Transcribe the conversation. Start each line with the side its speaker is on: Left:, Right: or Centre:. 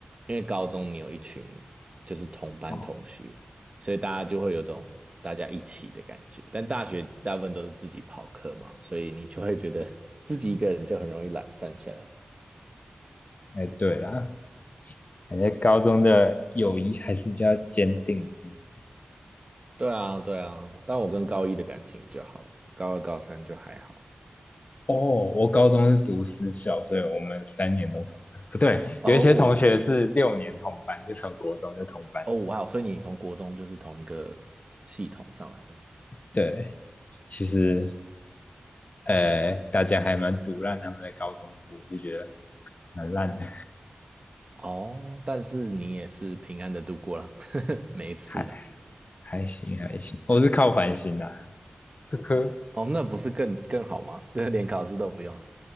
Right: 因为高中你有一群就是同班同学，
Left: 哦。
Right: 所以大家就会有种大家一起的感觉。但大学大部分都是自己跑课嘛，所以你就会觉得自己一个人就很容易懒散起来。
Left: 哎，欸对啦，感觉高中的友谊还是比较坚定的那种。
Right: 对啊，对啊。但我跟高一的感情就好，高二、高三就还好。
Left: 哦，我高中是读私校，所以我们三年都同班。不对，
Right: 哦
Left: 有一些同学是六年同班，就从国中就同班。
Right: 哦，哇哦！所以你从国中就是同一个系统上来的
Left: 对，其实呃，大家还蛮毒烂他们在高中部，就觉得蛮烂的，
Right: 哦，但是你也是平安的度过了，<laughs> 没事啦。
Left: 还还行还行。我是靠反省的、啊，呵呵。科
Right: 哦，那不是更更好吗？<laughs> 对，连考试都不用啊。